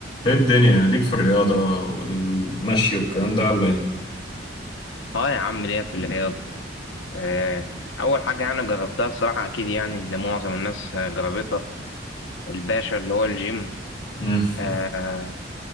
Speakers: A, on the left; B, on the left.
A: ايه الدنيا ليك في الرياضة والمشي والكلام ده ولا ايه؟
B: اه يا عم ليا في الرياضة آه، أول حاجة يعني جربتها الصراحة أكيد يعني اللي معظم الناس آه، جربتها الباشا اللي هو الجيم
A: مم.
B: آه،
A: <laughs>